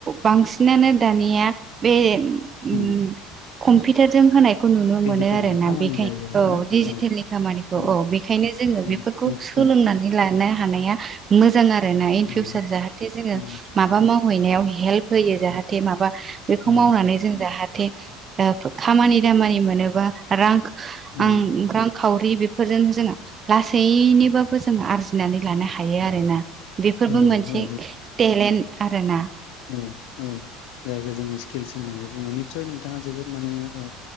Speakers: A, on the right; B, on the left.
A: बांसिनानो दानिया बे ओ
B: उम
A: कम्पिउटार जों होनाय। खौ नुनो
B: डिजिटेलनि
A: मोनो आरोना
B: खामानि
A: बेखाय
B: जायो आरोना
A: औ डजिटेलनि
B: औ
A: खामानिखौ
B: उम
A: औ बेखायनो जोङो बेफोरखौ
B: उम निस्सय
A: सोलोंनानै नै लानो हानाया मोजां आरोना इनफिवसार
B: उम
A: जाहाते जोङो
B: उम
A: माबा माव मावहैनायाव हेल्प होयो जाहाथे माबा बेखौ
B: औ
A: मावनानै जों जाहा थे ओ खामानि दामानि मोनोबा रां
B: उम
A: आं रां खावरि बेफोरजोंनो जोङो लासैनोबाबो जोङो आरजिनानै लानो हायो आरो ना। बेफोरबो
B: औ
A: मोनसे
B: औ
A: तेलेन्त आरो ना
B: औ औ। जायखौ जोङो स्किलस होननानै बुङो निस्सय नोंथाङा जोबोद माने ओ